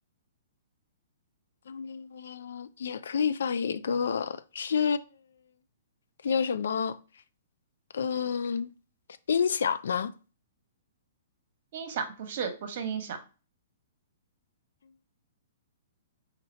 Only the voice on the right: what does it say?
音响，不是不是音响。